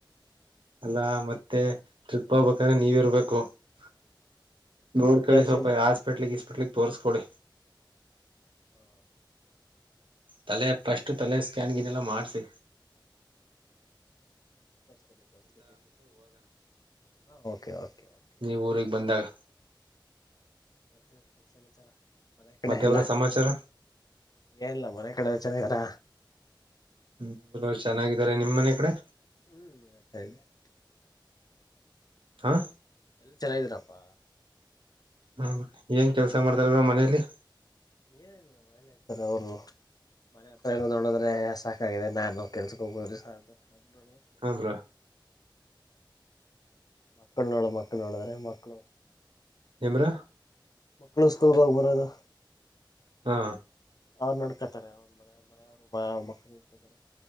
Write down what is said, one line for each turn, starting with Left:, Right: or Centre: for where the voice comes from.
Right: ಅಲ್ಲಾ ಮತ್ತೆ ತೃಪ್ ಹೋಗ್ಬೇಕಂದ್ರೆ
Left: ವೆದರ್
Right: ನೀವ
Left: ಚೇಂಜ್
Right: ಇರ್ಬೇಕು ಹ
Left: ಅಲ್ಲ
Right: ನೋಡ್
Left: ವೆದರ್
Right: ಕಳಿ ಸ್ವಲ್ಪ
Left: ಚೇಂಜ್
Right: ಹಾಸ್ಪಿಟ್ಲ್ ಪರ್ಲಿ ತೋರಿಸಸ್ಕೋಡೆ
Left: ಹಾ
Right: ತಲೆ ಪಸ್ು ತಲೆ ಸ್ಕ್ಯಾನ್ಗನ್ನೆಲ್ಲ ಮಾಡ್ಿಸಿಿ
Left: ಹ
Right: ನೀವ್ ಊರಿಗ್ ಬಂದಾಗ
Left: ಮತ್ತೆ ಸಮಾಚಾರ ಮನೆ ಕಡೆ
Right: ಮತ್ತೆ
Left: ಎಲ್ಲ
Right: ಬ್ರೋ ಸಮಾಚಾರ
Left: ಏನಲ್ಲ ಮನೆ ಕಡೆಲ್ಲ ಚೆನ್ನಿದಾರ
Right: ಹ್ಮ ಚೆನ್ನಾಗಿದ್ದಾರೆ ನಿಮ್ಮ್ ಮನೆ ಕಡೆ
Left: ಹ್ಮ್ ಎಲ್ಲ
Right: ಹಾ
Left: ಎಲ್ಲ ಚೆಲ ಇದ್ರಪ್ಪಾ
Right: ಹ್ಮ ಏನ್ ಕೆಲ್ಸ ಮಾಡ್ತಾರ ಅವ್ರ ಮನೇಲಿ
Left: ಏಲ್ಲ ಮನೇಲೆ ಇರ್ತದೆ ಅವರು ಮನೆ ಹತ್ರ ನೋಡದ್ರೆ ಸಾಕಾಗಿದೆ ನಾನು ಕೆಲ್ಸಕ್ಕೆ ಹೋಗುದ್ರಿದು ಅದಲಳ್ಳಸ
Right: ಹಾ ಬ್ರೋ
Left: ಮಕ್ಕಳ ನೋಳ ಮಕ್ಕಳ ನೋಿದ್ರೆ ಮಕ್ಕಳ
Right: ಎಮ್ರ
Left: ಮಕ್ಕಳು ಸ್ಕೂಲ್ಗೋಗಿ ಬರೋದು
Right: ಹಾ
Left: ಅವ್ ನಡ್ಕತಾರೆ ಅವ್ರ ಮನೆ ಮನ ಅವ್ರು ಮಕ್ಕಳ ನಡ್ಕತಾರೆ